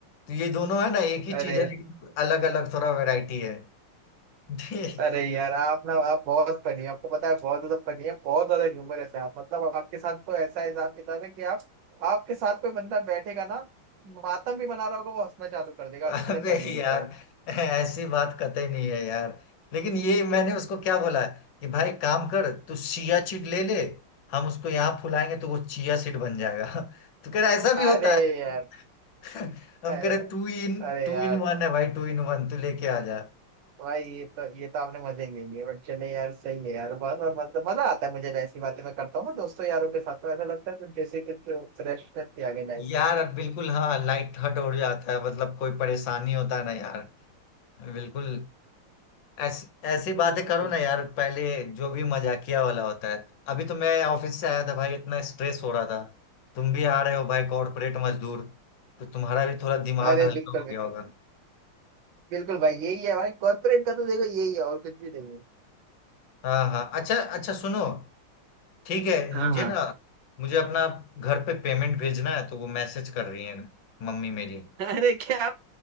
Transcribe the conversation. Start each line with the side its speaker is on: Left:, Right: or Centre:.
Left: तो ये दोनों है ना एक ही चीज
Right: अरे
Left: है लेकिन अलग अलग थोड़ा वैरायटी है <laughs>
Right: अरे यार आप ना आप बहुत फनी है आपको पता है बहुत ज्यादा फनी है बहुत ज्यादा ह्यूमरस है आप मतलब आपके साथ को ऐसा हिसाब किताब है कि आप आपके साथ कोई बंदा बैठेगा ना मातम भी मना रहा होगा वो हंसना चालू कर देगा
Left: अबे
Right: आप इतने फनी
Left: यार
Right: इंसान
Left: ऐसी बात कतई नहीं है यार लेकिन ये मैंने उसको क्या बोला है कि भाई काम कर तू चिया सीड ले ले हम उसको यहाँ फुलाएंगे तो वो चिया सीड बन जाएगा <laughs> तो कह रहा ऐसा भी
Right: हैं।
Left: होता
Right: अरे
Left: है
Right: यार
Left: <laughs> हम
Right: अरे
Left: कह रहे टू इन
Right: अरे
Left: टू
Right: यार
Left: इन वन है भाई टू इन वन तू लेके आ जा
Right: भाई ये तो ये तो आपने मजे ले लिए बट चले यार सही है यार बहुत बहुत- मतलब मजा आता है मुझे ऐसी बातें मैं करता हूँ ना दोस्तों यारों के साथ तो ऐसा लगता है कुछ जैसे कुछ फ्रेशनेस ही आ गई लाइफ
Left: यार
Right: से
Left: बिल्कुल हाँ लाइट हर्ट हो जाता है मतलब कोई परेशानी होता है ना यार बिल्कुल ऐस, ऐसी बातें करो
Right: बिल्कुल
Left: ना यार पहले जो भी मजाकिया वाला होता है अभी तो मैं ऑफिस से आया था भाई इतना स्ट्रेस हो रहा था तुम भी आ रहे हो भाई कॉर्पोरेट
Right: बिल्कुल।
Left: मजदूर तो तुम्हारा भी थोड़ा दिमाग
Right: अरे
Left: हल्का
Right: बिल्कुल
Left: हो
Right: बिल्कुल
Left: गया होगा
Right: बिल्कुल भाई यही है भाई कॉर्पोरेट का तो देखो यही है और कुछ भी नहीं है
Left: हाँ हाँ अच्छा अच्छा सुनो ठीक है
Right: हाँ
Left: मुझे
Right: हाँ
Left: ना मुझे अपना घर पे पेमेंट भेजना है तो वो मैसेज कर रही है मम्मी मेरी
Right: अरे क्या